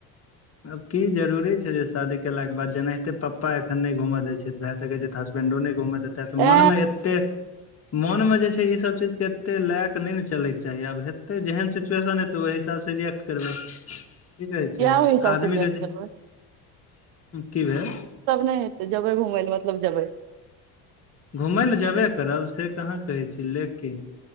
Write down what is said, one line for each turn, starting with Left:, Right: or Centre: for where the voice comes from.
Left: आब की जरूरी छैय जे शादी केला के बाद जेनायहिते प्पा प्पा एखन नैय घूमय दैत छैत भए सकै छै हसबेंडो नैय घुमय देतऽ
Right: ए
Left: मन मे एते मन मे जे छ ई सब चीज के एते लए के नैय ने चलके चाही आब हेतै जेहन सिचुएशन हेत ओय हिसाब सँ रिए्कट करबै की कहै
Right: किया
Left: छै,
Right: ओहि हिसाब
Left: आदमी
Right: से रिएक्ट
Left: के जे
Right: करबै
Left: की भेल?
Right: सब नैय हेतै, जेबै घुमय लए मतलब जेबै।
Left: घुमैय लए जेबे करब से कहाँ कहै छी लेकिन